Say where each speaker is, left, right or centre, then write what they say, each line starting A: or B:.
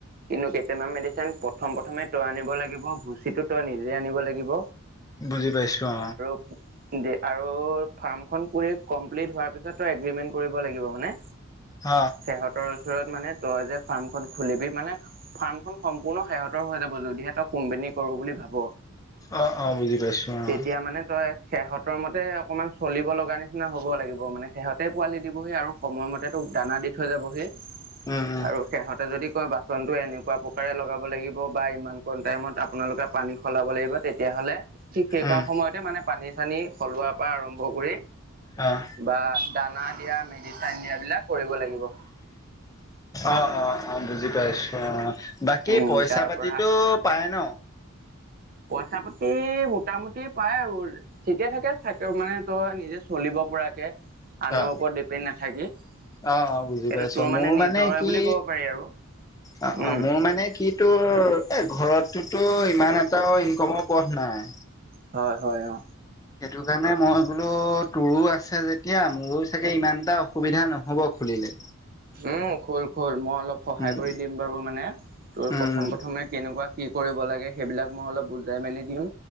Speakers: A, on the right; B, on the left.
A: কিন্তু কেইটামান মেডিচিন প্ৰথম প্ৰথমে তই আনিব লাগিব, ভুচিটো তই নিজে আনিব লাগিব
B: বুজি পাইছো অ।
A: ও দে আৰু ফাৰ্ম খন কোৰে কমপ্লিট হোৱাৰ পিছত তই এগ্ৰিমেন্ট কৰিব লাগিব। মানে?
B: হ।
A: সেহঁতৰ ওচৰত মানে তই যে ফাৰ্মখন খুলিবি মানে ফাৰ্মখন সম্পূৰ্ণ সেহঁতৰ হৈ যাব যদিহে তই কোম্পোনী কৰো বুলি ভাব।
B: অ অ বুজি পাইছো
A: তেতিয়া
B: অ
A: মানে তই সেহঁতৰ মতে অকমান চলিব লগা নিচিনা হ'ব লাগিব মানে সেহঁতে পোৱালি দিবহি আৰু সময়মতে তোক দানা দি থৈ যাবহি
B: উম উম
A: আৰু সেহঁতে যদি কয় বাচনটো এনেকুৱা প্ৰকাৰে লগাব লাগিব বা ইমান কম টাইমত আপোনালোকে পানী সলাব লাগিব তে তিয়াহলে ঠিক সেই
B: উম
A: কৰা সময়তে মানে পানী - চানী সলোৱাৰ পৰা আৰম্ভ কৰি
B: অঁ।
A: বা দানা দিয়া, মেডিচেন দিয়াবিলাক কৰিব লাগিব।
B: অ অ অ বুজি পাইছো অ, বাকী
A: উম
B: পইচা
A: তাৰ
B: - পাতিতো
A: পৰা
B: পায় ন?
A: পইচা পাতি মোটামুটি পায় আৰু ঠিকে ঠাকে থাকে মানে তই নিজে চলিব পৰাকে। আনৰ
B: অ
A: ওপৰত ডিপেণ্ড নাথাকি। এইটো
B: অ অ বুজি পাইছো
A: তোৰ
B: মোৰ
A: মানে নিজৰে
B: কি
A: বুলি ক'ব পাৰি আৰু।
B: অ- অ
A: উম
B: মোৰ মানে কি তোৰ এ ঘৰতটো ইমান এটাও ইনকমৰ পথ নাই।
A: হয়- হয়, অ।
B: সেইটো কাৰণে মই বোলো, তোৰো আছে যেতিয়া মোৰো চাগে ইমান এটা অসুবিধা নহব। খুলিলে।
A: উম, খোল খোল মই অলপ সহায়
B: উম
A: কৰি দিম বাৰু মানে তোৰ
B: উম
A: প্ৰথম- প্ৰথমে কেনেকুৱা কি কৰিব লাগেসেইবিলাক মই অলপ বুজাই মেলি দিম